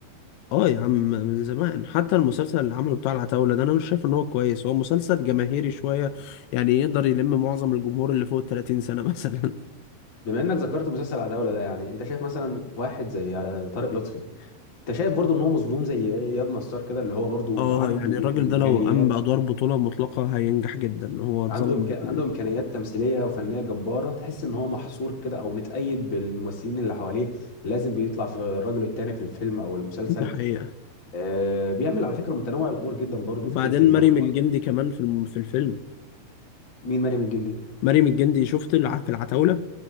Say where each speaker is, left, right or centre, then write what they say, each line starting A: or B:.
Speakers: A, on the left (about 80°); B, on the left (about 30°).
A: اه يا عم من زمان حتى المسلسل اللي عمله بتاع العتاولة ده انا مش شايف ان هو كويس هو مسلسل جماهيري شوية يعني يقدر يلم معظم الجمهور اللي فوق ال 30 سنة <laughs> مثلا
B: بما انك ذكرت مسلسل عتاوله ده يعني انت شايف مثلا واحد زي آه، طارق لطفي انت شايف برضه ان هو مظلوم زي اياد نصار كده اللي هو برضه
A: اه
B: عنده
A: يعني الراجل
B: امكانيات
A: ده لو قام بأدوار بطولة مطلقة هينجح جدا هو اتظلم
B: عنده إمكان...
A: كتير.
B: عنده امكانيات تمثيليه وفنيه جباره تحس ان هو محصور كده او متقيد بالممثلين اللي حواليه لازم بيطلع في الرجل التاني في الفيلم او المسلسل
A: ده حقيقة
B: آه، بيعمل على فكره متنوع الادوار جدا برضو
A: وبعدين
B: فكره اللي
A: مريم
B: هو
A: الجندي كمان في الم- في الفيلم
B: مين مريم الجندي
A: مريم الجندي شفت الع... في العتاولة